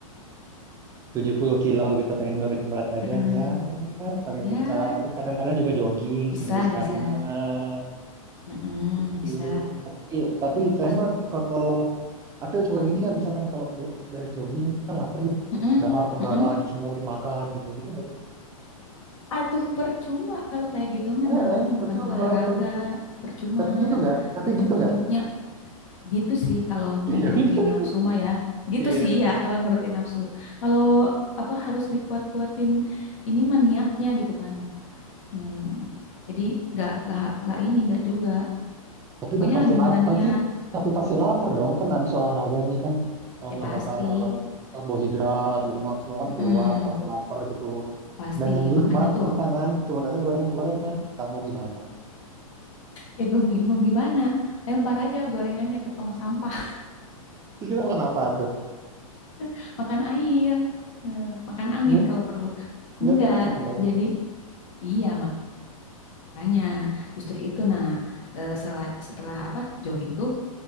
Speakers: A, on the right; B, on the left.
A: tujuh puluh kilo gitu pengen nurunin berat badan
B: mm
A: ya pakai
B: Ya,
A: futsal terus kadang-kadang juga jogging
B: bisa,
A: seminggu sekali
B: bisa.
A: mah
B: Heeh,
A: gitu
B: bisa,
A: tapi tapi saya
B: bisa.
A: mah kalau atau suka gini nggak misalkan kalau be- beres jogging kan lapar ya
B: Heeh,
A: dahar segala
B: heeh.
A: di semua dimakan gitu gitu nggak tuh?
B: Atuh percuma kalau kayak gitu mah
A: ya
B: namanya
A: eh, percuma
B: bukan olahraga.
A: jogging
B: Percuma,
A: tapi gitu nggak tapi
B: percuma
A: gitu nggak
B: jognya. Gitu sih kalau
A: <laughs> Jadi
B: nurutin
A: jogging.
B: nafsu mah ya. Gitu
A: Iya.
B: sih ya kalau nurutin nafsu. Kalau apa harus dikuat-kuatin ini mah niatnya gitu kan. Hmm. Jadi nggak nggak nggak ini nggak juga.
A: Tapi
B: Pokoknya
A: udah pasti
B: gimana
A: lapar
B: niat
A: pasti tapi pasti lapar dong kan abis olahraga nih kan eh,
B: ya
A: ngebakar
B: pasti.
A: karbohidrat, lemak semua kan
B: Mm-mm.
A: keluar pasti lapar gitu.
B: Pasti,
A: Dan yang di
B: makanya
A: rumah
B: tuh
A: makanan cuman ada gorengan-gorengan. Tak mau gimana?
B: ya gue bingung gimana. Lempar aja gorengannya ke tong sampah,
A: Terus kita makan apa tuh?
B: <laughs> makan air, eh, makan angin
A: Nge-
B: kalau perlu.
A: Nggak
B: Enggak,
A: kenyang dong.
B: jadi iya makanya justru itu. Nah, eh, sela- setelah apa jogging tuh